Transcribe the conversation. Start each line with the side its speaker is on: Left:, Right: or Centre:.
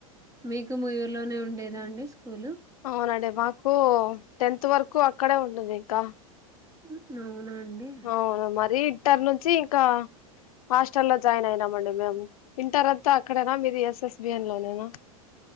Right: మీకు ఊర్లోనే ఉండేదా అండి స్కూలు
Left: అవునండి మాకు టెన్త్ వరకు అక్కడే ఉంటది ఇంకా
Right: ఉ అవునా అండి
Left: అవును మరి ఇంటర్ నుంచి ఇంకా హాస్టల్ లో జాయిన్ అయినామండి మేము ఇంటర్ అంతా అక్కడేనా మీది ఎస్ఎస్బిన్ లోనేనా